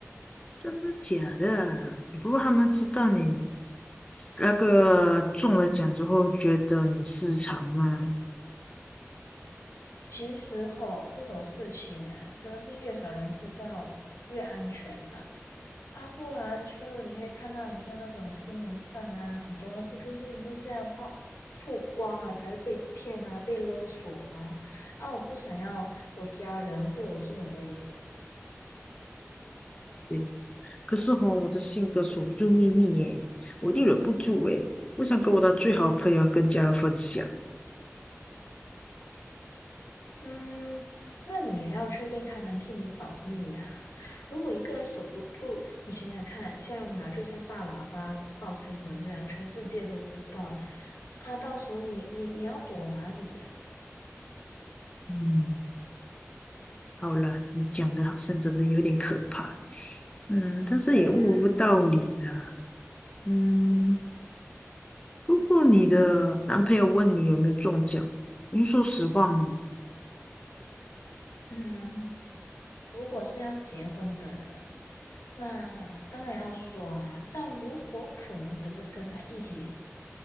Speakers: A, on the left (about 20°); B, on the left (about 80°).
A: 真的假的？你不过他们知道你那个中了奖之后，觉得你失常吗？
B: 其实吼，这种事情啊，真的是越少人知道越安全啦。啊，不然就你会看到很像那种新闻上啊，很多人不就是因为这样曝曝光啊，才会被骗啊，被勒索吗？啊，我不想要我家人会有这种危险。
A: 对。可是吼，我的性格守不住秘密耶，我一定忍不住耶。我想跟我的最好的朋友跟家人分享。
B: 嗯，那你也要确定他能替你保密啊。如果一个人守不住，你想想看，下一秒就像大喇叭报新闻这样，全世界都知道了啊。到时候你你你要躲哪里呀、
A: 嗯，好了，你讲的好像真的有点可怕。嗯，但是也悟不到理啦。
B: 对呀、
A: 嗯，如果你的男朋友问你有没有中奖，你会说实话吗？
B: 嗯。如果是要结婚的人，那当然要说啊。但如果可能只是跟他一起，